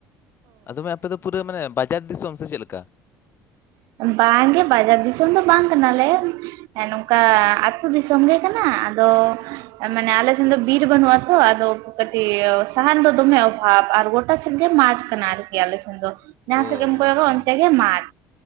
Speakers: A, on the left (about 35°); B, on the right (about 75°).
A: ᱟᱫᱚ ᱢᱟ ᱟᱯᱮ ᱫᱚ ᱯᱩᱨᱟᱹ ᱢᱟᱱᱮ ᱵᱟᱡᱟᱨ ᱫᱤᱥᱚᱢ ᱥᱮ ᱪᱮᱫ ᱞᱮᱠᱟ?
B: ᱵᱟᱝᱜᱮ ᱵᱟᱡᱟᱨ ᱫᱤᱥᱚᱢ ᱫᱚ ᱵᱟᱝ ᱠᱟᱱᱟᱞᱮ᱾ ᱦᱮᱸ ᱱᱚᱝᱠᱟ ᱟᱹᱛᱩ ᱫᱤᱥᱚᱢ ᱜᱮ ᱠᱟᱱᱟ, ᱟᱫᱚ ᱢᱟᱱᱮ ᱟᱞᱮ ᱥᱮᱱ ᱫᱚ ᱵᱤᱨ ᱵᱟᱹᱱᱩᱜᱼᱟ ᱛᱚ ᱟᱫᱚ ᱠᱟᱹᱴᱤᱡ ᱥᱟᱦᱟᱱ ᱫᱚ ᱫᱚᱢᱮ ᱚᱵᱷᱟᱵ ᱟᱨ ᱜᱚᱴᱟ ᱥᱮᱱ ᱢᱟᱴ ᱠᱟᱱᱟ ᱟᱨᱠᱤ ᱟᱞᱮ ᱥᱮᱱ ᱫᱚ ᱡᱟᱦᱟᱸ
A: ᱳ
B: ᱥᱮᱱ ᱜᱮᱢ ᱠᱚᱭᱚᱜᱟ
A: ᱦᱮᱸ
B: ᱚᱱᱛᱮ ᱜᱮ ᱢᱟᱴ᱾